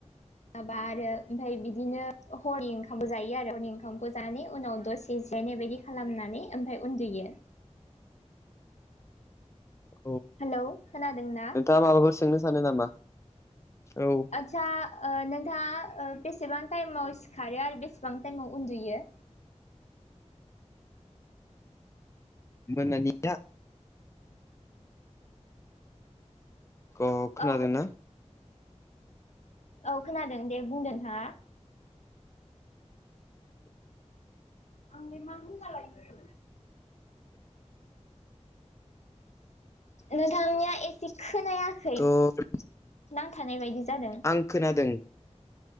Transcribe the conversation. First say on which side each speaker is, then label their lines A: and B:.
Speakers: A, on the left (about 70°); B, on the left (about 25°).
A: माबा आरो ओमफ्राय बिदिनो हरनि ओंखामबो जायो आरो हरनि ओंखामखौ जानानै उनाव दसे जिरायनाय बायदि खालामनानै ओमफ्राय उन्दुयो
B: औ
A: हेलौ खोनादोंना
B: नोंथाङा माबाफोर सोंनो सानो नामा औ
A: आदसा ओ नोंथाङा ओ बेसेबां टाइमाव सिखारो आरो बेसेबां टाइमाव उन्दुयो
B: मोनानिया अ खोनादोंना?
A: औ औ खोनादों दे बुं नोंथाङा आंलाय मा होनलालायखो नोंथांनिया एसे खोनाया खै
B: थ'
A: नांथानाय बायदि जादों
B: आं खोनादों